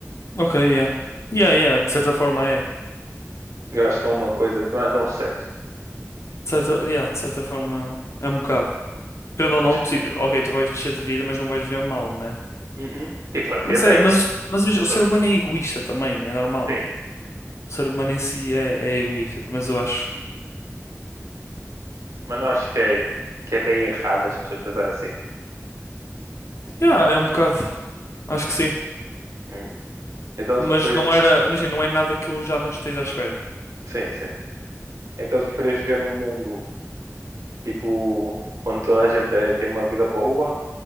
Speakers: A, on the left; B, on the right.
A: Ok, yeah. Yeah, yeah, de certa forma é.
B: Eu acho que não é uma coisa, não é, não é certo.
A: De certa, yeah, de certa forma é um bocado. Querendo
B: Mas,
A: ou não, tipo, ok, tu vais descer de vida, mas não vais viver mal, né?
B: uhum, tipo, vai ver
A: Mas
B: bem.
A: é, mas, mas, mas o
B: Só-
A: ser humano é egoísta também, é normal.
B: Sim,
A: O ser humano em si é, é egoísta, pelo menos eu acho.
B: mas não acho que é, que é bem errado as pessoas pensarem assim.
A: Yeah, é um bocado. Acho que sim.
B: Hum. Então tu
A: Mas
B: preferes,
A: não era. Imagina, não é nada que eu já não esteja à espera.
B: sim, sim. Então tu preferes viver num mundo, tipo, onde toda a gente é- tem uma vida boa,